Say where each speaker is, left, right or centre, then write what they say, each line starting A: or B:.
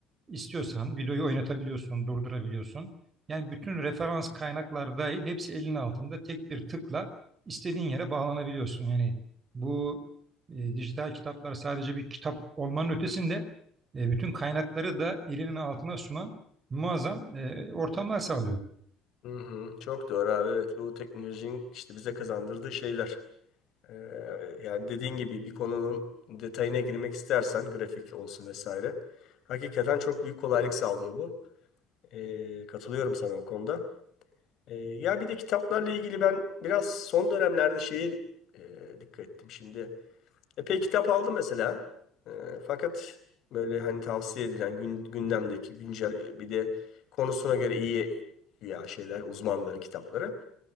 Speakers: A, on the right (about 35°); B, on the left (about 60°).
A: İstiyorsan videoyu oynatabiliyorsun, durdurabiliyorsun. Yani bütün referans kaynaklar dahil hepsi elinin altında tek bir tıkla istediğin yere bağlanabiliyorsun. Yani bu e, dijital kitaplar sadece bir kitap olmanın ötesinde e, bütün kaynakları da elinin altına sunan muazzam e, ortamlar sağlıyor.
B: Hı hı, çok doğru abi evet bu teknolojinin işte bize kazandırdığı şeyler. Ee, yani dediğin gibi bir konunun detayına girmek istersen grafik olsun vesaire. Hakikaten çok büyük kolaylık sağlıyor bu. Ee, katılıyorum sana o konuda. Ee, ya bir de kitaplarla ilgili ben biraz son dönemlerde şeye e, dikkat ettim şimdi. Epey kitap aldım mesela. Ee, fakat böyle hani tavsiye edilen gün, gündemdeki güncel e, bir de konusuna göre iyi ya şeyler uzmanların kitapları.